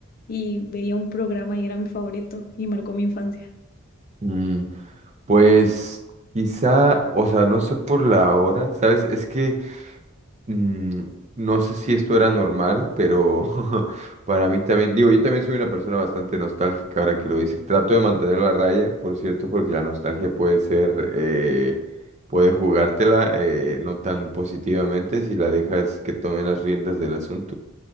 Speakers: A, on the left; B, on the right.
A: y veía un programa y era mi favorito y marcó mi infancia.
B: Mm, pues quizá, o sea, no sé por la hora, ¿sabes? Es que mm, no sé si esto era normal, pero <laughs> para mí también, digo, yo también soy una persona bastante nostálgica ahora que lo dices. Trato de mantenerlo a raya, por cierto, porque la nostalgia puede ser, eh, puede jugártela eh, no tan positivamente si la dejas que tome las riendas del asunto.